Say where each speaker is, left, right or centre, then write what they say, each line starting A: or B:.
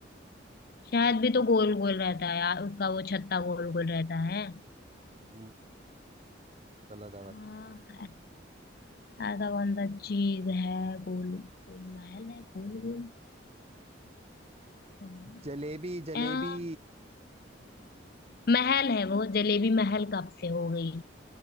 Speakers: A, on the left; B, on the right.
A: शहद भी तो गोल गोल रहता है यार उसका वो छत्ता गोल गोल रहता है
B: हम्म गलत है
A: हाँ
B: बट
A: ऐ- ऐसा कौन सा चीज है गोल गोल महल है गोल गोल हम्म,
B: जलेबी जलेबी
A: आ, महल है वो जलेबी महल कब से हो गई